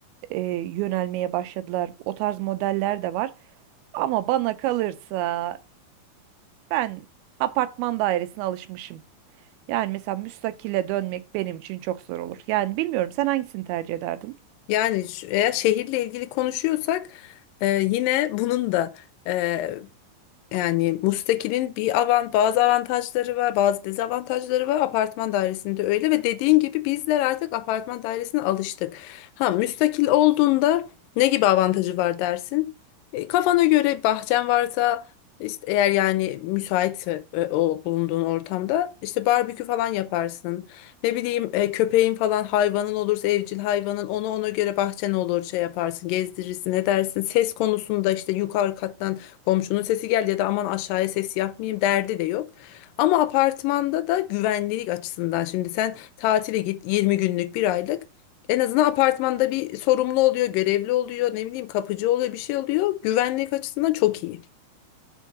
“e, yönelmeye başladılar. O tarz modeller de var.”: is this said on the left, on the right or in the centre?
Right